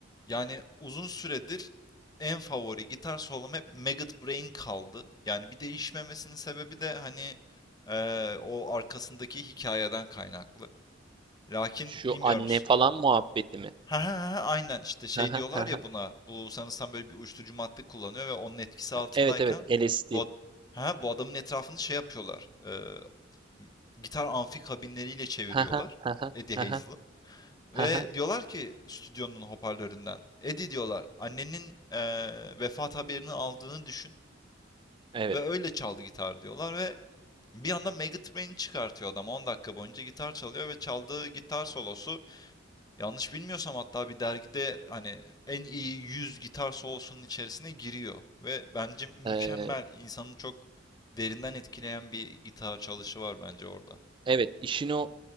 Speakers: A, on the left; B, on the right.
A: Yani uzun süredir en favori gitar solom hep Maggot Brain kaldı. Yani bir değişmemesinin sebebi de hani eee, o arkasındaki hikayeden kaynaklı. Lakin
B: Şu
A: bilmiyorum.
B: anne falan muhabbeti mi?
A: Ha ha ha ha, aynen işte şey
B: Hı hı,
A: diyorlar
B: hı hı.
A: ya buna. Bu sanırsam böyle bir uyuşturucu madde kullanıyor ve onun etkisi altındayken
B: Evet evet LSD.
A: bu, ad- ha, bu adamın etrafını şey yapıyorlar. eee, gitar amfi kabinleriyle çeviriyorlar.
B: Hı hı, hı hı,
A: Eddie
B: hı hı,
A: Hazel'ı. Ve
B: hı hı.
A: diyorlar ki stüdyonun hoparlöründen. Eddie diyorlar annenin eee, vefat haberini aldığını düşün
B: Evet.
A: ve öyle çaldı gitar diyorlar ve bir anda Megatrain'i çıkartıyor adam 10 dakika boyunca gitar çalıyor ve çaldığı gitar solosu yanlış bilmiyorsam hatta bir dergide hani en iyi 100 gitar solosunun içerisine giriyor ve bence mükemmel
B: Ee,
A: insanı çok derinden etkileyen bir gitar çalışı var bence orada.
B: evet işin o